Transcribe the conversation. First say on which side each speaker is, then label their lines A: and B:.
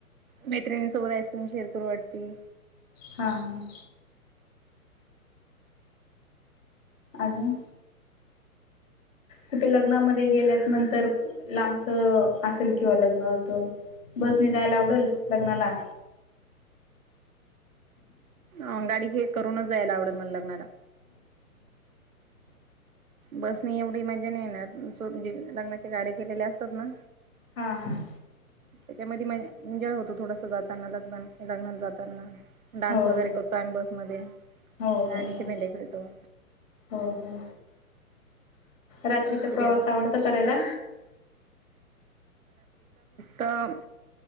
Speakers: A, on the right; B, on the left.
A: मैत्रिणी सोबत आईस्क्रीम शेअर करू वाटती.
B: हा हा. अजून. कुठे लग्नामध्ये. गेल्या नंतर लांबच असेल किंवा लग्न होत बसने जायला आवडेलं. लग्नाला.
A: अ गाडी हे करूनच जायला आवडतं मला लग्नाला. बस नाही एवढी मज्या नाही येणार सो म्हणजे लग्नाची - गाड्या केलेल्या असतात ना
B: हा हा
A: त्याच्यामध्ये मग एन्जॉय होतो. तो थोडासा जाताना लग्न लग्नाला जातानां. डान्स
B: हो
A: वगैरे करतो आम्ही बसमध्ये
B: हो हो
A: गाण्याचे
B: हो हो
A: भेंड्या खेळतो.
B: हो हो. रात्रीचा
A: व्हिडिओ
B: प्रवास आवडतं करायला.
A: तरं